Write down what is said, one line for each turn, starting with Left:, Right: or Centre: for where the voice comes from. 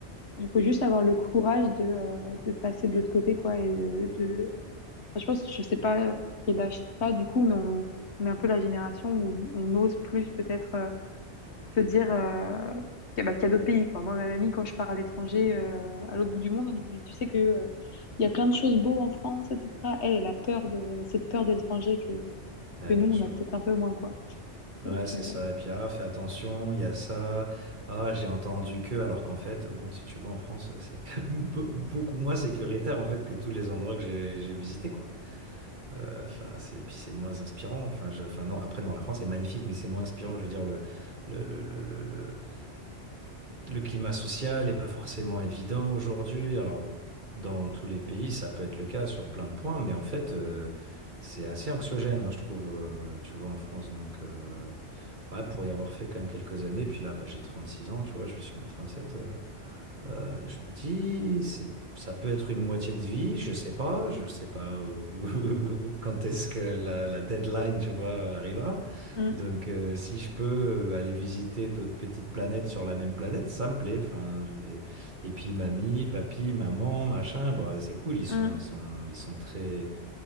Left: il faut juste avoir le courage de, euh, de passer de l'autre côté, quoi, et de, de- Enfin, je pense, je sais pas quel âge t'as du coup, mais on, on est un peu la génération où on ose plus peut-être. euh, se dire euh, que- bah, qu'il y a d'autres pays, quoi. Moi, ma mamie, quand je pars à l'étranger, euh, à l'autre bout du monde, elle me dit, mais tu sais que, euh, il y a plein de choses beaux en France, etc. Elle, elle a peur de, elle a cette peur de l'étranger que,
Right: Eh,
Left: que nous,
Right: bien
Left: on
Right: sûr.
Left: a peut-être un peu moins, quoi.
Right: Ouais,
Left: Donc,
Right: c'est
Left: euh,
Right: ça. Et puis, ah, fais attention, il y a ça. Ah, j'ai entendu que, alors qu'en fait, bon, si tu vas en France, <laughs> c'est quand même be- beaucoup moins sécuritaire, en fait, que tous les endroits que j'ai j'ai visités, quoi. Euh, Enfin, c'est, puis c'est moins inspirant. Enfin, je, enfin, non, après, non, la France est magnifique, mais c'est moins inspirant, je veux dire, le, le, le, le, le, le- le climat social n'est pas forcément évident aujourd'hui. Alors, dans tous les pays, ça peut être le cas sur plein de points, mais en fait, euh, c'est assez anxiogène, hein, je trouve, euh, tu vois, en France. Donc, euh, ouais, pour y avoir fait quand même quelques années, puis là, bah, j'ai 36 ans, tu vois, je vais sur mes 37. Euh, je me dis, c'est, ça peut être une moitié de vie, je sais pas, je sais pas où- <laughs> quand est-ce que la, la deadline, tu vois, arrivera.
Left: Mm,
Right: Donc, euh, si je peux euh, aller visiter d'autres petites planètes sur la même planète, ça me plaît. Enfin, j'ai- et puis mamie, papy, maman, machin, bon, c'est cool. Ils sont,
Left: mm.
Right: ils sont, ils sont très,